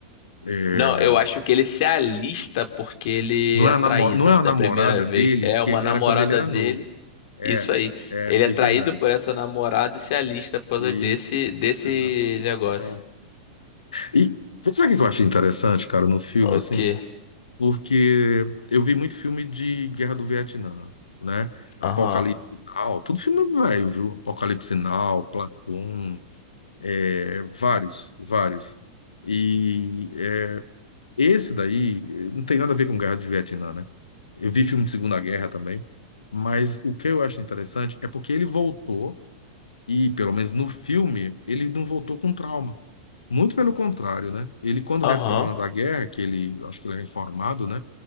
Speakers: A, on the left; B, on the left.
A: É,
B: Não, eu acho que ele se alista porque ele
A: não
B: é
A: é a
B: traído
A: namo- não é a
B: da
A: namorada
B: primeira vez.
A: dele,
B: É
A: que
B: uma namorada
A: era quando ele era
B: dele,
A: novo. É,
B: isso aí.
A: é,
B: Ele
A: foi
B: é traído
A: isso aí mesmo.
B: por essa namorada e se alista por causa
A: E,
B: desse desse
A: exato.
B: negócio.
A: É. E sabe o que eu achei interessante, cara, no filme,
B: O
A: assim?
B: quê?
A: porque eu vi muito filme de Guerra do Vietnã, né? Apocalipse
B: Aham.
A: Now, tudo filme velho, viu? Apocalipse Now, Platão, é, vários, vários. E é, esse daí eh, não tem nada a ver com Guerra do Vietnã, né? Eu vi filme de Segunda Guerra também, mas o que eu acho interessante é porque ele voltou, e pelo menos no filme, ele não voltou com trauma. Muito pelo contrário, né? Ele, quando
B: Aham.
A: retorna da guerra, que ele, acho que ele é reformado, né?